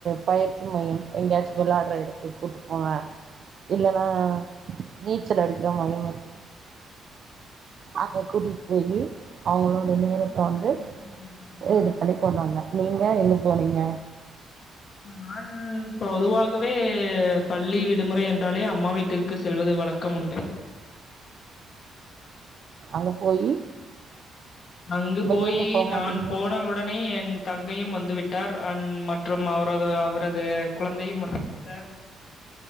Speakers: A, on the right; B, on the left.
A: பயிற்சி மையம் எங்கேயாச்சும் வெளாடுற எடுத்துக்கு கூப்ட்டு போவே இல்லனா நீச்சல் அடிக்கிற மாயு இருக்கு அங்க கூட்டிட் <unintelligible> அவுங்க
B: நீங்களும்
A: நேரத்த
B: சென்று
A: வந்து
B: நீச்சல் அடிப்பீங்களா?
A: இது பண்ணி கொண்டு வந்த நீங்க எங்க போனிங்க
B: நானு பொதுவாகவே பள்ளி விடுமுறை என்றாலே அம்மா வீட்டிற்கு செல்வது வழக்கம் உண்டு
A: அங்க போயி
B: அங்கு
A: வெளிய
B: போயி்
A: எங்கயு போமாட்டீங்களா
B: நான் போன உடனே என் தங்கையும் வந்து விட்டார் அ மற்றும் அவரது அவரது குழந்தையும் வந்து விட்டார்